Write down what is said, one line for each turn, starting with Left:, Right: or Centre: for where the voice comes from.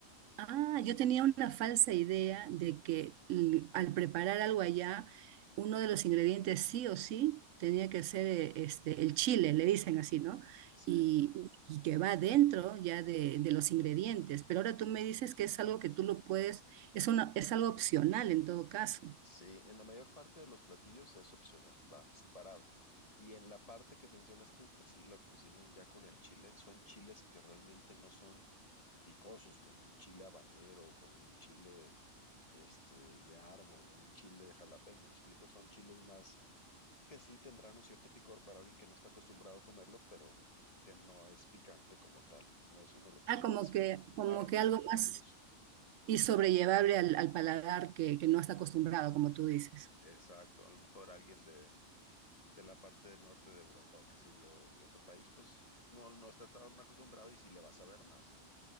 Right: Ah, yo tenía una falsa idea de que l- al preparar algo allá, uno de los ingredientes sí o sí tenía que ser eh, este, el chile, le dicen así, ¿no?
Left: Sí.
Right: Y, y que va dentro ya de, de los ingredientes. Pero ahora tú me dices que es algo que tú lo puedes, es una, es algo opcional en todo caso.
Left: Sí, en la mayor parte de los platillos es opcional, va separado. Y en la parte que mencionas tú, que sí lo cocinan ya con el chile, son chiles que realmente no son picosos, como un chile habanero, o como un chile este, de árbol o un chile jalapeño, me explico, son chiles más que sí tendrán un cierto picor para alguien que no está acostumbrado a comerlo, pero que no es picante como tal, no es uno de los chiles
Right: Ah, como
Left: más,
Right: que, como
Left: más representativos.
Right: que algo más y sobrellevable al, al paladar que, que no está acostumbrado, como tú dices.
Left: Exacto, a lo mejor alguien de de la parte del norte de Europa o qué sé yo, de otro país, pues no, no está tan acostumbrado y si le vas a ver más,